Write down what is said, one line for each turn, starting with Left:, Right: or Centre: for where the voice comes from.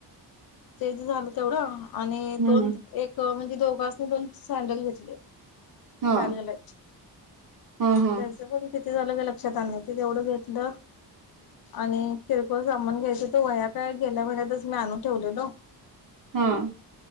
Left: ते तर झालं तेवढं आणि
Right: हम्म
Left: दोन, एक म्हणजे? दोघासने दोन सँडल घेतले. शाळेला
Right: हा
Left: घालायचे.
Right: हा हा
Left: पैसे पण किती? ते झालं का लक्षात आण ते तेवढं घेतलं आणि किरकोळ सामान घ्यायच तो वया का गेल्या महिन्यातच मी आणून ठेवलेल.
Right: हम.